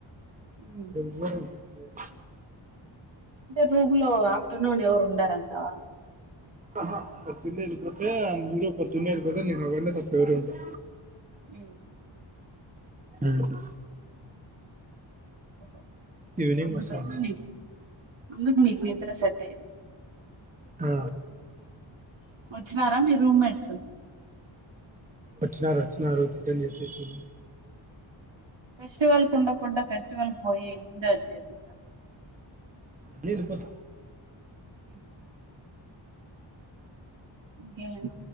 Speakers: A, on the right; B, on the right.
A: ఉమ్.
B: <unintelligible> <unintelligible>
A: అంటే రూమ్ లో ఆఫ్టర్నూన్ ఎవరు ఉండారంటావా
B: ఆహా పొద్దున్నే వెళ్ళిపోతే అందరు పొద్దున్నే వెళ్ళిపోతే నేను ఒకడ్నే తప్ప ఎవరూ ఉండరు
A: ఊ
B: థాంక్యూ
A: ఓహో
B: ఈవినింగ్‌
A: అందుకని
B: వస్తారం
A: నీ అందుకు మీకు నిద్ర సెట్ అయింది
B: ఆ
A: వచ్చినార మీ రూమ్మేట్స్
B: వచ్చినారు వచ్చినారు చికెన్ చేసే <unintelligible>
A: ఫెస్టివల్ కు ఉండకుండా ఫెస్టివల్ కు పోయి ముందే వచ్చేసినారా
B: లేదు పస
A: మ్మ్ ఇంకేమన